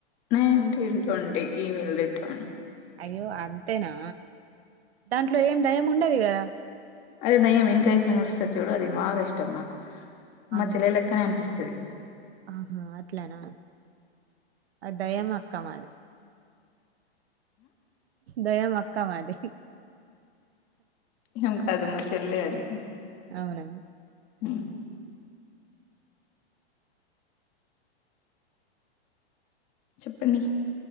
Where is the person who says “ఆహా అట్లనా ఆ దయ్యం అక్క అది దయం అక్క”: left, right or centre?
Right